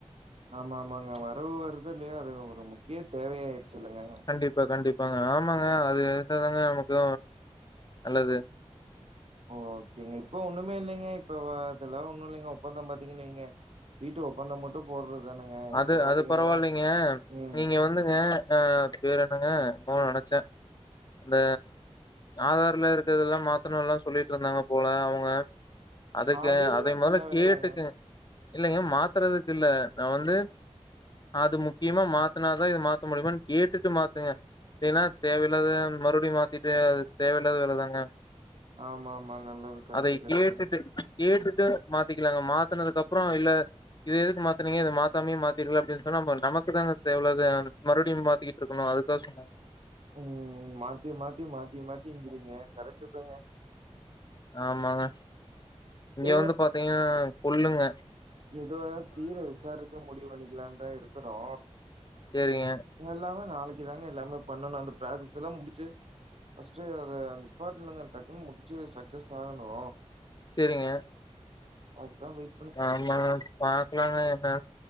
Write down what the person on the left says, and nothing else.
கண்டிப்பா கண்டிப்பாங்க ஆமாங்க அது இருந்த தாங்க நமக்கு நல்லது
அது
அது பரவாயில்லைங்க.
நீங்க வந்துங்க ஆ பேரு என்னங்க என்னமோ நெனச்ச இந்த ஆதார்ல இருக்கதெல்லா மாத்துணு எல்லா சொல்லிட்ருந்தாங்க போல அவுங்க அதுக்கு
அதை மொதல்ல
கேட்டுக்குங்க இல்லங்க மாத்துறதுக்கு இல்ல நா வந்து அது முக்கியமா மாத்தினாதா இது மாத்த முடியுமான்னு கேட்டுட்டு மாத்துங்க ஏன்னா தேவையில்லாத மறுபடியு மாத்திட்டு அது தேவையில்லாத வேலதாங்க
அதை
கேட்டுட்டு கேட்டுட்டு மாத்திக்கலாங்க மாத்தினது அப்றோ இல்ல இது எதுக்கு மாத்த த்தனைங்க இது மாத்தாமே மாத்திருக்கலா அப்டின்னு சொன்னா நம்மக்குதாங்க தேவ இல்லாதா மறுபடியு மாத்திகிட்டு இருக்கணு அதுக்காக சொன்னாங்க
ஆமாங்க இங்க
வந்து பாத்தீங்கன்னா கொல்லுங்க
சேரிங்க
சேரிங்க
ஆமா பாக்கலாங்க என்ன